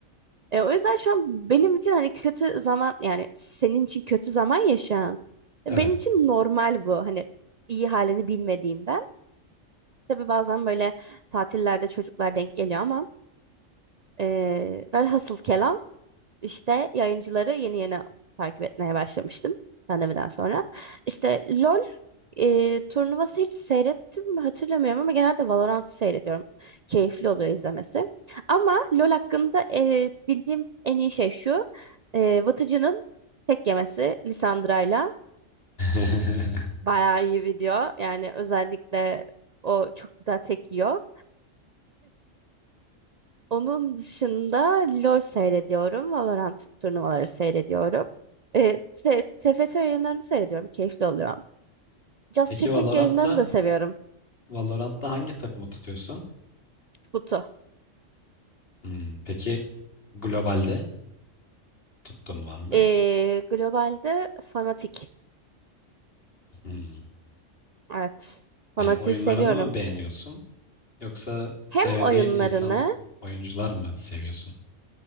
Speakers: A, on the right; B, on the left.
A: E, o yüzden şu an benim için hani kötü zaman yani senin için kötü zaman ya şu an.
B: Evet.
A: E, Benim için normal bu hani iyi halini bilmediğimden. Tabii bazen böyle tatillerde çocuklar denk geliyor ama e, velhasıl kelam İşte yayıncıları yeni yeni takip etmeye başlamıştım pandemiden sonra. İşte LOL e, turnuvası hiç seyrettim mi hatırlamıyorum ama genelde Valorant seyrediyorum. Keyifli oluyor izlemesi. Ama LOL hakkında e, bildiğim en iyi şey şu. E, Vıtıcı'nın tek yemesi Lissandra'yla
B: <laughs>
A: bayağı iyi video. Yani özellikle o çok güzel tek yiyor. Onun dışında LoL seyrediyorum. Valorant turnuvaları seyrediyorum. E, te- TFT yayınlarını seyrediyorum. Keyifli oluyor. Just
B: Peki
A: Chatting
B: Valorant'ta
A: yayınlarını da seviyorum.
B: Valorant'ta hangi takımı tutuyorsun?
A: Futu.
B: Hmm, peki globalde tuttuğun var mı?
A: E, globalde Fnatic.
B: Hmm.
A: Evet. Fnatic'i
B: Yani oyunlarını
A: seviyorum.
B: mı beğeniyorsun yoksa
A: Hem
B: sevdiğin
A: oyunlarını
B: insan oyuncular mı seviyorsun?